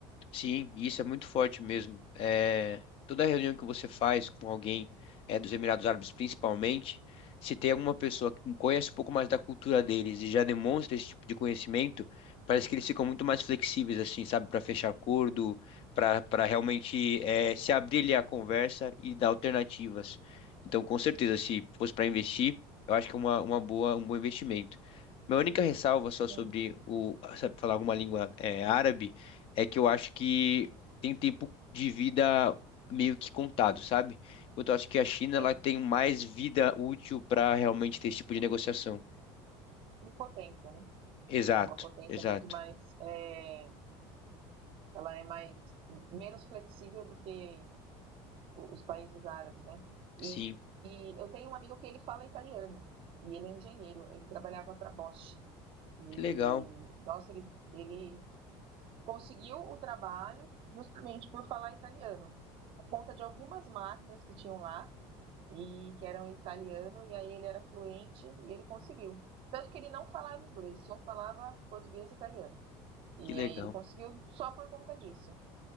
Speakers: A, on the left; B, on the right.
A: Sim, e isso é muito forte mesmo. É, toda reunião que você faz com alguém é, dos Emirados Árabes, principalmente, se tem alguma pessoa que conhece um pouco mais da cultura deles e já demonstra esse tipo de conhecimento, parece que eles ficam muito mais flexíveis, assim, sabe, para fechar acordo, para para realmente é, se abrir ali à conversa e dar alternativas. Então, com certeza, se fosse para investir, eu acho que é uma, uma boa, um bom investimento. Minha única ressalva só sobre
B: Sim,
A: o, sabe, falar alguma língua é, árabe é que eu acho que tem um tempo de vida meio que contado, sabe? Enquanto eu acho que a China
B: sim.
A: ela tem mais vida útil para realmente ter esse tipo de negociação.
B: Em potência, né?
A: Exato,
B: É Uma potência
A: exato.
B: muito mais, é, ela é mais menos flexível do que o- os países árabes, né? E,
A: Sim,
B: e eu tenho um amigo que ele fala italiano e ele é engenheiro. Ele trabalhava para Bosch e
A: que legal,
B: nossa, ele, ele conseguiu o trabalho justamente por falar italiano, por conta de algumas máquinas que tinham lá e que era um italiano, e aí ele era fluente e ele conseguiu. Tanto que ele não falava inglês, só falava português e italiano. E
A: que legal.
B: aí ele conseguiu só por conta disso.